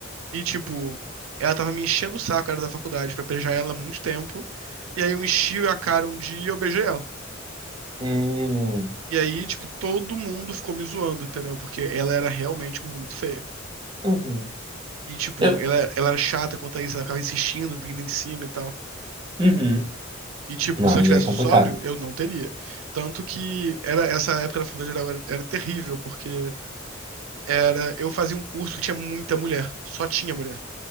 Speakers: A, on the right; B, on the right.
A: E, tipo, ela tava me enchendo o saco, era da faculdade, pra beijar ela há muito tempo. E aí eu enchi a cara um dia e eu beijei ela.
B: uhum,
A: E aí, tipo, todo mundo ficou me zoando, entendeu? Porque ela era realmente muito feia.
B: uhum.
A: E, tipo,
B: Eu,
A: ela, ela era chata quanto a isso, ela ficava insistindo, vindo em cima e tal.
B: uhum.
A: E, tipo,
B: Não,
A: se
B: aí
A: eu tivesse
B: é complicado.
A: um sóbrio, eu não teria. Tanto que era essa época da faculdade geral era, era terrível, porque era eu fazia um curso que tinha muita mulher, só tinha mulher.